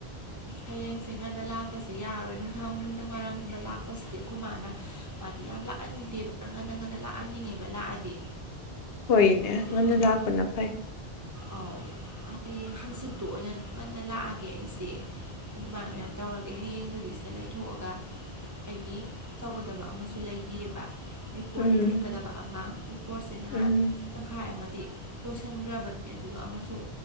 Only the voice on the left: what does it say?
ꯍꯣꯏꯅꯦ
ꯉꯟꯅ ꯂꯥꯛꯄꯅ ꯐꯩ
ꯎꯝ
ꯎꯝ